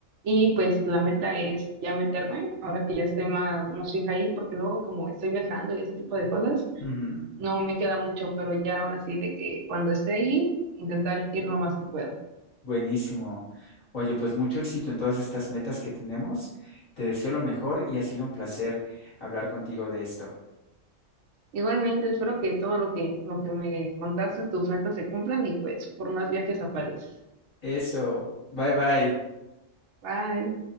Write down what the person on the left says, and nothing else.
ujú.
Buenísimo. Oye, pues mucho éxito en todas estas metas que tenemos. Te deseo lo mejor y ha sido un placer hablar contigo de esto.
Eso. Bye bye.